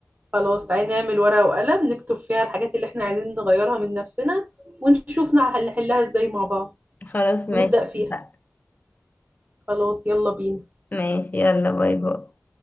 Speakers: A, on the right; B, on the left.
A: خلاص تعالي نعمل ورقة وقلم نكتب فيها الحاجات اللي احنا عايزين نغيرها من نفسنا ونشوف نع- نحلها ازاي مع بعض
B: خلاص ماشي
A: ونبدأ فيها
B: اتفقنا.
A: خلاص يلا بينا
B: ماشي يلا باي باي